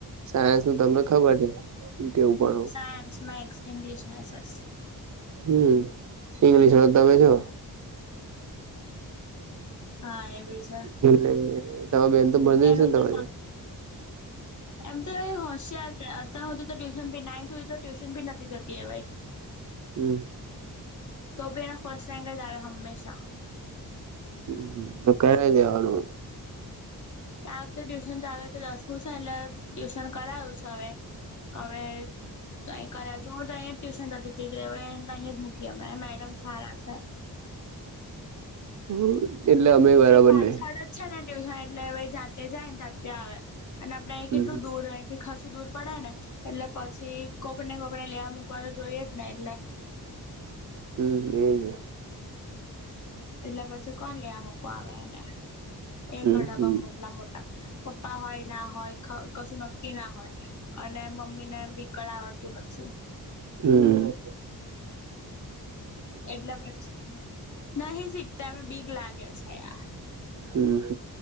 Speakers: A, on the right; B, on the left.
A: સાયન્સ નું તમને ખબર છે, હ કેવું ભણો
B: ટાન્સ મેક્સ ઈગ્લિશ નાસસ
A: હમ ઇંગ્લિશ તમે છો
B: હા, એ ભી.
A: એટલે તમાર બેન તો ભને
B: એનું
A: સેન તમારી
B: તો
A: બેન
B: એમ તો એ હોશિયા અતા હોતુ તો ટ્યુશન ભી નાઇન થુઈ તો ટ્યુશન ભી નથી જતી હવે
A: હમ.
B: તો બી એને ફર્સ્ટ ટાઈમ તારે હંમેશા.
A: હ તો કરાઈ દેવાનું.
B: કે આ વખતે ટ્યુશન ચાલુ આ વખતે દસવું છે. એટલે ટ્યુશન કરાયુ છે, હવે હવે તો અહી કરે છ, હું તો અહીં જ ટ્યુશન જતીતી કે અહીંયા જ મૂકીયા અમે મેડમ સારા છે.
A: હમ. એટલે અમે બરાબર
B: એ પાછળ
A: નઈ
B: જ છે ને ટ્યુશન એટલે પહી જા તે જાયને ત્યાર ત્યા આવે અને આપડે અહી
A: હમ
B: કેટલું દૂર રહેથી ખશું દૂર પડે ને એટલે પછી કોકને કોકને લેવા મૂકવા તો જોઈએ જ ને એટલે
A: હમ્મ એ જ.
B: એટલે પછી, કોણ લેવા મૂકો આવે એને, એક
A: હમ
B: ઘડા
A: હમ
B: પણ મોટલા મોટા પપ્પા હોય ના હોય કશું નક્કી ના હોય અને મ મમ્મી ને વિકળ આવડતું નથી.
A: હમ્મ.
B: એટલે પછી નહી શીખતા અને બીક લાગે છે, યાર
A: હમ્મ હ.